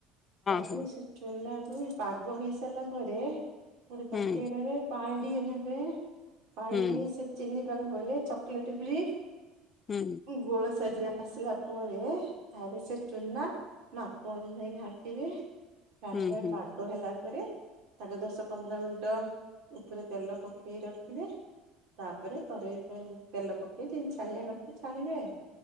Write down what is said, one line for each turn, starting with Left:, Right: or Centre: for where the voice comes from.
Right: ତାପରେ
Left: ହଁ
Right: ସେ ଚୁନା କୁ ପାଗ ହେଇ ସାରିଲା ପରେ ଗୋଟେ
Left: ହଁ ହୁଁ
Right: ତାତିଆ ଆଡରେ ପଣ୍ଡିଏ ନେବେ ପାଇନେଇ
Left: ହୁଁ
Right: ସେ ଚିହ୍ନି ପାଗ କଲେ ସେ ଚକଲେଟି ଭି ରଡ଼ି ନେଇ ସେ ଚିନି ପାକ ପହିଲେ ଚକୋଲେଟ୍ ବିି
Left: ହୁଁ।
Right: ଗୋଳ ସାଜରେ ଆସିଲା ପରେ ତାର ସେ ଚୁନା ମାପ ଅନୁଯାୟୀ ଘାଣ୍ଟିବେ ଘାଣ୍ଟିଲେ
Left: ହୁଁ ହୁଁ
Right: ପାଗ ହେଲା ପରେ ତାକୁ ଦଶ ପନ୍ଦର ମିନିଟ ଉପରେ ତେଲ ପକେଇ ରଖିବେ। ତାପରେ କରେଇ ତେଲ ପକେଇ ଦିନି ଛାଣିବା କଥା ଛାଣିବେ ଆଉ।